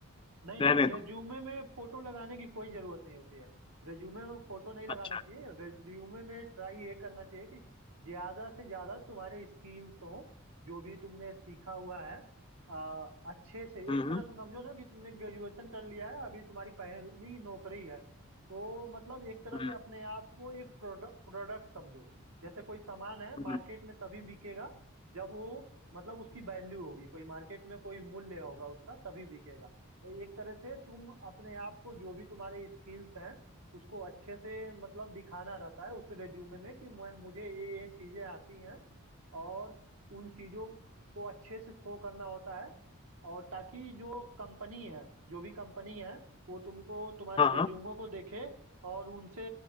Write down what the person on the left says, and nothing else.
रहने
दूं
अच्छा
हम्म
हम्म।
हम्म,
हम्म,
हाँ
हाँ